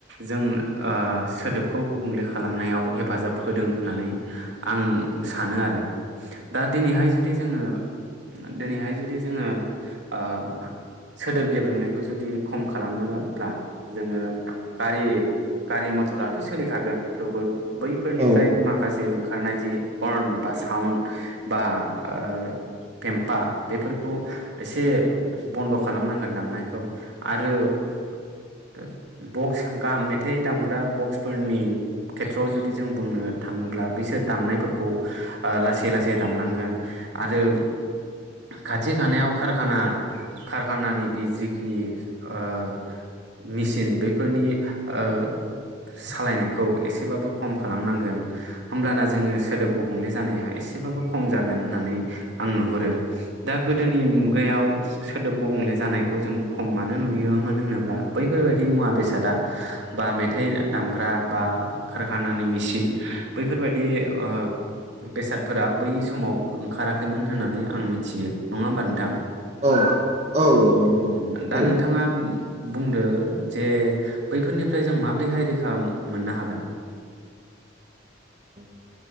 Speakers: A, on the right; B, on the right.
A: जों ओ सोदोबखौ गुबुंले खालामनायाव हेफाजाब होदों होननानै आं सानो आरो। दा दिनैहाय जुदि जोङो दिनैहाय जुदि जोङो ओ सोदोब गेब्रेनायखौ जुदि खम खालामनोब्ला जोङो गारि गारि मथराथ' सोलिखागोन थेवबो बैफोरनिफ्राय
B: औ
A: माखासे ओं खारनाय जि हर्न बा साउन्ड बा ओ पेम्पा बेफोरखौ एसे बन्द' खालामनांगोन दामनायखौ। आरो ओ बक्स मेथाइ दामग्रा बक्सफोरनि खेथ्रआव जुदि जों बुंनो थाङोब्ला बिसोर दामनायफोरखौ लासै लासै दामनांगोन आरो। खाथि खानायाव कारखाना कारखानानि बे जिखिनि ओ। मिसिन बैफोरनि ओ, सालायनायखौ एसेबाबो खम खालामनांगोन होमब्लाना जोङो सोदोब गुबुंले जानाया एसेबाबो खम जागोन होननानै आं नुहुरो। दा गोदोनि मुगायाव सोदोब गुबुंले जानायखौ जों खम मानो नुयोमोन होनोब्ला बैफोरबायदि मुवा बेसादा बा मेथाइ दामग्रा बा खारखानानि मेसिन बैफोरबायदि ओ बेसाद फोरा बै समाव ओंखाराखैमोन होननानै आं मिथियो नङा होमबा नोंथां?
B: औ औ औ नंगौ थारैनो
A: दा नोंथाङा बुंदो जे बैफोरनिफ्राय जों माबोरैहाय रैखा मोननो हागोन?
B: औ